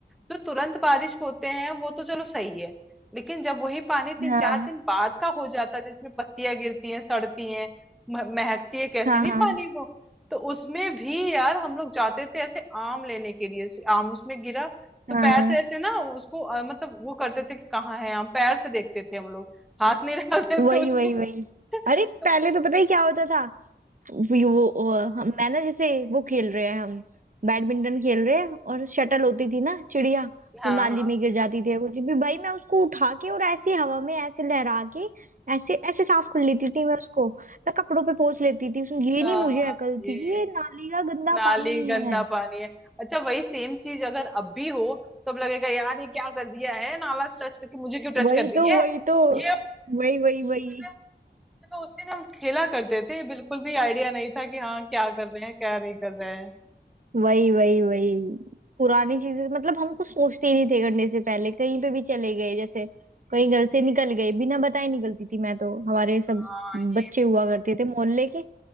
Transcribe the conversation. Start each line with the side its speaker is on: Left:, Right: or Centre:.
Centre: जो तुरंत बारिश होते हैं वो तो चलो सही है लेकिन जब वही पानी तीन
Right: हाँ
Centre: चार दिन बाद का हो जाता है जिसमें पत्तियां गिरती हैं सड़ती हैं म- महकती है कैसी
Right: हाँ
Centre: नहीं
Right: हाँ
Centre: पानी वो तो उसमें भी यार हम लोग जाते थे ऐसे आम लेने के लिए ऐसे आम उसमें गिरा तो
Right: हाँ
Centre: पैर से ऐसे ना उसको अ, मतलब वो करते थे कि कहाँ है आम पैर से देखते थे हम लोग हाथ नहीं <laughs> लगाते
Right: वही
Centre: थे उसमें
Right: वही वही
Centre: <laughs>
Right: अरे
Centre: तो
Right: पहले तो पता ही क्या होता था वी- वो वो- हम मैं ना जैसे वो खेल रहे हैं हम बैडमिंटन खेल रहे हैं और शटल होती थी ना चिड़िया
Centre: हाँ
Right: वो नाली
Centre: हाँ
Right: में गिर जाती थी या कुछ भी भाई मैं उसको उठा के और ऐसे हवा में ऐसे लहरा के ऐसे ऐसे साफ कर लेती थी मैं उसको मैं कपड़ों पे पोंछ लेती थी उसमें ये
Centre: हाँ
Right: नहीं मुझे अकल
Centre: ये
Right: थी कि ये नाली का गंदा
Centre: नाली
Right: पानी
Centre: गंदा
Right: है
Centre: पानी है अच्छा वही सेम चीज अगर अब भी हो तो अब लगेगा यार ये क्या कर दिया है नाला टच करके मुझे क्यों टच
Right: वही
Centre: कर रही
Right: तो
Centre: है
Right: वही तो
Centre: ये
Right: वही वही वही
Centre: अपने चलो उसी में हम खेला करते थे बिल्कुल भी आइडिया नहीं था कि हाँ क्या कर रहे हैं क्या नहीं कर रहे हैं
Right: वही वही वही पुरानी चीजें मतलब हम कुछ सोचते ही नहीं थे करने से पहले कहीं पे भी चले गए जैसे कहीं घर से निकल गए बिना बताए निकलती थी मैं तो हमारे सब
Centre: हाँ
Right: बच्चे
Centre: ये भी
Right: हुआ करते थे मोहल्ले के